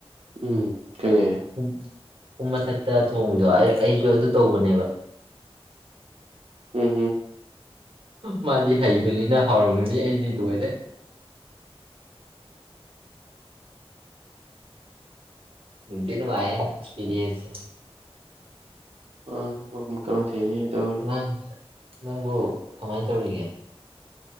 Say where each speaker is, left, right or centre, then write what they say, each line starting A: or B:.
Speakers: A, on the right (about 80°); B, on the right (about 60°).
A: ꯎꯝ ꯈꯪꯉꯦ
B: <unintelligible> ꯇ ꯊꯣꯡꯕꯤꯗꯣ ꯑ ꯑꯩꯁꯨ ꯑꯗꯨ ꯇꯧꯕꯅꯦꯕ
A: ꯎꯝ
B: ꯃꯥꯗꯤ ꯍꯩꯕꯅꯤꯅ ꯍꯥꯎꯔꯝꯒꯅꯤ ꯑꯩꯗꯤ ꯂꯣꯏꯔꯦ ꯅꯨꯡꯗꯤ ꯅꯨꯡꯉꯥꯏ ꯍꯦ ꯑꯦꯛꯁꯄꯤꯔꯤꯟꯁꯦ
A: ꯑ <unintelligible>
B: ꯅꯪ ꯅꯪꯕꯨ ꯀꯃꯥꯏꯟ ꯇꯧꯔꯤꯒꯦ